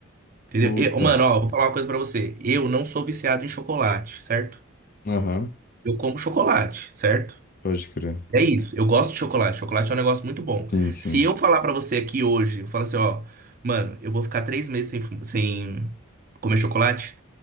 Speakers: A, on the right; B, on the left.
A: entendeu?
B: puta.
A: E, mano, ó, vou falar uma coisa para você. Eu não sou viciado em chocolate, certo?
B: Aham,
A: Eu como chocolate, certo?
B: pode crer.
A: É isso. Eu gosto de chocolate. Chocolate é um negócio muito bom.
B: Sim, sim.
A: Se eu falar para você aqui hoje, eu falar assim, ó, mano, eu vou ficar três meses sem, fu- sem comer chocolate